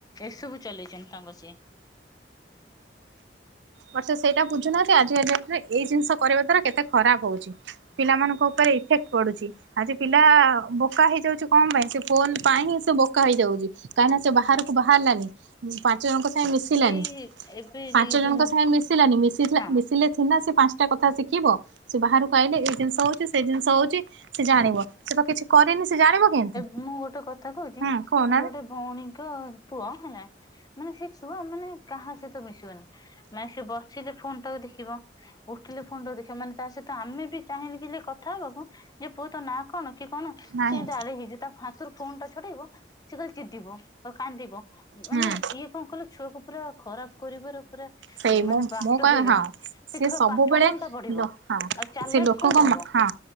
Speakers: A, on the left; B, on the right.
A: ଏସବୁ ଚଲେଇଛନ୍ତି ତାଙ୍କ ସିଏ।
B: ବ ସେ ସେଇଟା ବୁଝୁନାହାନ୍ତି ଆଜିକା ଡେଟରେ ଏଇ ଜିନିଷ କରିବା ଦ୍ଵାରା କେତେ ଖରାପ ହଉଛି। ପିଲାମାନଙ୍କ ଉପରେ ଇଫେକ୍ଟ ପଡୁଛି। ଆଜି ପିଲା ବୋକା ହେଇଯାଉଛି କଣ ପାଇଁ ସେ ଫୋନ ପାଇଁ ହିଁ ସେ ବୋକା ହେଇଯାଉଛି। କାହିଁକିନା ସେ ବାହାରକୁ ବାହାରିଲାନି ପାଞ୍ଚ ଜଣଙ୍କ ସାଙ୍ଗ ମିଶିଲାନି।
A: ଏଇ ଏବେ।
B: ପାଞ୍ଚ
A: ଦି
B: ଜଣଙ୍କ
A: ଦିନ
B: ସାଙ୍ଗ ମିଶିଲାନିଶ
A: ହଁ
B: ମିଶିଲେ ନା ସେ ପାଞ୍ଚ ଟା କଥା ଶିଖିବ ସେ ବାହାରକୁ ଆଇଲେ ଏଇ ଜିନିଷ ହଉଛି ସେ ଜିନିଷ ହଉଛି ସେ ଜାଣିବ। ସେ ତ କିଛି କରିନି ସେ ଜାଣିବ କେମିତି?
A: ମୁଁ ଗୋଟେ କଥା କହୁଛି
B: ହୁଁ କହୁନାହାନ୍ତି
A: ମୋର ଗୋଟେ। ଭଉଣୀଙ୍କ ପୁଅ ହେଲା ମାନେ ସେ ଛୁଆ ମାନେ କାହା ସହିତ ମିଶିବନି। ମାନେ ସେ ବସିଲେ ଫୋନ୍ ଟାକୁ ଦେଖିବ ଉଠିଲେ ଫୋନ୍ ଟାକୁ ଦେଖିବ ମାନେ ତା ସହିତ ତ ଆମେ ବି ଚାହିଁ କଥା ହବାକୁ ଯେ ପୁଅ ତ ନାଁ କଣ କି କଣ?
B: ନାହିଁ
A: ସେତି ଆଡେ ହେଇଯ ତା ହାତରୁ ଫୋନ୍ ଟା ଛଡେଇବ ସେଏ କହିଲ ଚିଧିବ ଆଉ କାନ୍ଦିବ। ମାନେ
B: ହୁଁ।
A: ଇଏ କଣ କଲେ ଛୁଆକୁ ପୁରା ଖରାପ କରିବାର ଉପରେ
B: ସେଇ
A: ମାନେ
B: ମୋ
A: ବାଟ
B: ମୋ କହିବା
A: ହେଇଗଲାଣି
B: ହଁ
A: ସେ ଛୁଆ
B: ସବୁବେଳେ
A: ପାଠ କଣ ଟା ପଢିବ
B: ଲୋ ହଁ
A: ଆଉ ଚାରଲ
B: ସେ ଲୋକଙ୍କ
A: କଣ ହବ।
B: ହଁ